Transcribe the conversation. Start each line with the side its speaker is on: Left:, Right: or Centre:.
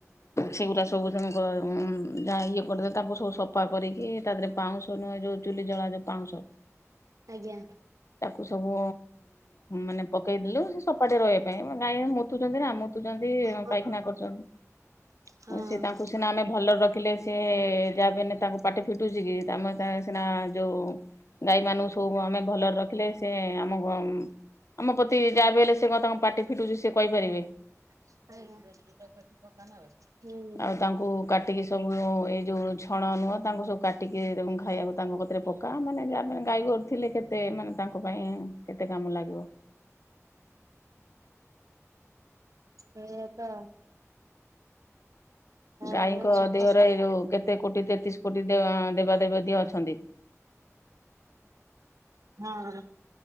Left: ସେଗୁରା ସବୁ ତାଙ୍କ ଉଁ ଯାହା ଇଏ କରିଦେଲେ ତାଙ୍କୁ ସବୁ ସଫା କରିକି ତା ଦେହରେ ପାଉଁଶ ନୁହେଁ ଯୋଉ ଚୁଲି ଜଳା ଯୋଉ ପାଉଁଶ।
Right: ଆଜ୍ଞ।
Left: ତାକୁ ସବୁ ମାନେ ପକେଇଦେଲୁ ସେ ସଫାଟିକେ ରହିବା ପାଇଁ ଗାଈ ମାନେ ମୂତୁ ଆ ମୂତୁ ଚନ୍ତିନା ମୁତୁଚନ୍ତି
Right: ହୁଁ
Left: ପାଇଖାନା କରୁଚନ୍ତି।
Right: ହଁ
Left: ପୁଣି ସିଏ ତାଙ୍କୁ ସିନା ଆମେ ଭଲରେ ରଖିଲେ ସିଏ ଯାହା ବି ହେନେ ତାଙ୍କ ପାଟି ଫିଟୁଛି କି? ଆମେ ତାଙ୍କର ସିନା ଯୋଉ। ଗାଈ ମାନଙ୍କୁ ସବୁ ଆମେ ଭଲରେ ରଖିଲେ ସେ ଆମ ଆମ ପ୍ରତି ଯାହା ବି ହେଲେ ସେ କଣ ତାଙ୍କ ପାଟି ଫିଟୁଚି ସେ କହିପାରିବେ।
Right: ଆଜ୍ଞା ହୁଁ।
Left: ଆଉ ତାଙ୍କୁ କାଟିକି ସବୁ ଏଇ ଯୋଉ ଛଣ ନୁହଁ ତାଙ୍କୁ ସବୁ କାଟିକି ଖାଇବାକୁ ତାଙ୍କ କତିରେ ପକା ଗାଁ ମାନେକେ ଗାଈଗୋରୁ ଥିଲେ କେତେ ମାନେ ତାଙ୍କ ପାଇଁ କେତେ କାମ ଲାଗିବ।
Right: ସେଇୟା ତ।
Left: ଗାଈଙ୍କ
Right: ବି ହଉ ସଫା
Left: ଦେହର ଏ ଯୋଉ କେତେ କୋଟି ତେତିଶି କୋଟି ଦେବା ଦେଵୀ ଦିଅ ଅଛନ୍ତି।
Right: ହଁ।